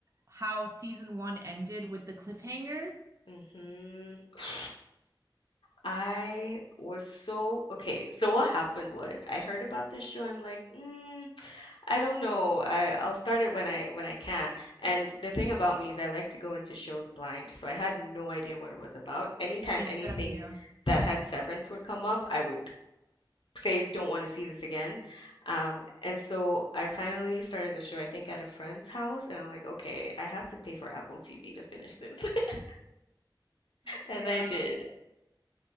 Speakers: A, on the right (about 40°); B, on the left (about 85°).
A: how season one ended with the cliffhanger.
B: hmm <sighs> I was so okay. So what happened was I heard about this show. I'm like, mm, I don't know. I I'll start it when I when I can. And the thing about me is I like to go into shows blind, so I had no idea what it was about. Anytime
A: Yeah,
B: anything
A: good idea.
B: that had Severance would come up, I would say don't want to see this again. Um, and so I finally started the show, I think, at a friend's house, and I'm like, okay, I have to pay for Apple TV to finish this. <laughs>
A: Yeah.
B: And I did.